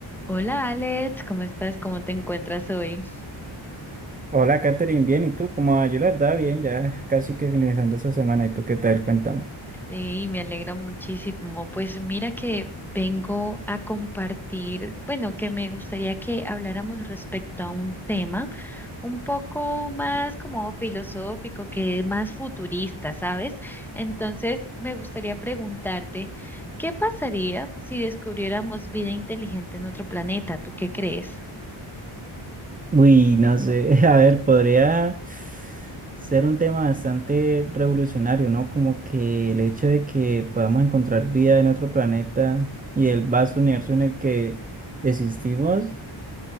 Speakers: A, in the centre; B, on the right (about 20°).
A: Hola Alex, ¿cómo estás? ¿Cómo te encuentras hoy?
B: Hola, Katherine, bien, ¿y tú? ¿Cómo vas? Yo la verdad, bien, ya casi que finalizando esta semana, ¿y tú qué tal? Cuéntame.
A: Y me alegra muchísimo. Pues mira que vengo a compartir, bueno, que me gustaría que habláramos respecto a un tema un poco más como filosófico, que más futurista, ¿sabes? Entonces, me gustaría preguntarte, ¿qué pasaría si descubriéramos vida inteligente en otro planeta? ¿Tú qué crees?
B: Uy, no sé, <laughs> a ver, podría ser un tema bastante revolucionario, ¿no? Como que el hecho de que podamos encontrar vida en otro planeta y el vasto universo en el que existimos,